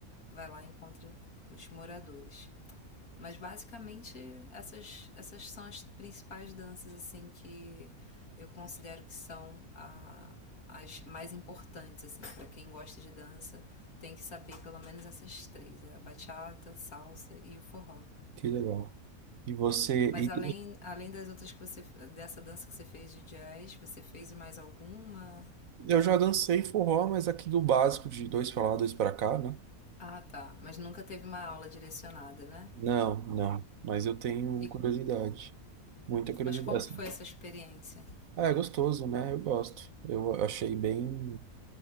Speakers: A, on the left; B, on the right.
A: vai lá e encontra os moradores. Mas basicamente essas, essas são as principais danças assim que eu considero que são a, as mais importantes assim para quem gosta de dança tem que saber pelo menos essas três é a bachata, salsa e o forró.
B: que legal. E você,
A: Mas
B: e-
A: além, além das outras que você dessa dança que você fez de jazz você fez mais alguma?
B: eu já dancei forró, mas aqui do básico de dois pra lá, dois pra cá, né?
A: Ah tá, mas nunca teve uma aula direcionada, né?
B: Não, não. Mas eu tenho
A: E,
B: curiosidade. Muita curiosidade.
A: mas como
B: assim.
A: que foi essa experiência?
B: Ah, é gostoso, né? Eu gosto. Eu achei bem,